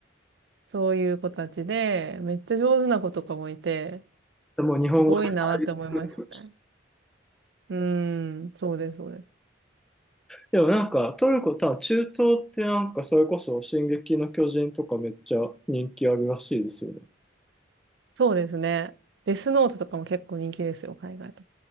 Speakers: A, on the right; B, in the centre.
A: そういう子たちで、めっちゃ上手な子とかもいて、
B: でもう日本語で作ってました。
A: すごいなって思いましたね。うーん、そうです、そうです。
B: でもなんかトルコ、多分中東ってなんかそれこそ「進撃の巨人」とかめっちゃ人気あるらしいですよね。
A: そうですね。デスノートとかも結構人気ですよ、海外と。